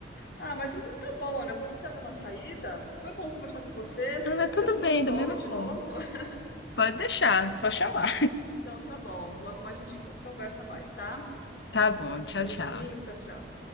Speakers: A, on the left; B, on the left.
A: Ah, mas então tá bom, Ana. Eu vou precisar dar uma saída. Foi bom conversar com você,
B: Ah, tudo
A: ver se não
B: bem,
A: some
B: da mesma
A: de
B: forma.
A: novo. <laughs>
B: Pode deixar, só chamar.
A: Então tá bom. Logo mais a gente co- conversa mais, tá?
B: Tá bom, tchau,
A: Beijinhos,
B: tchau.
A: tchau, tchau.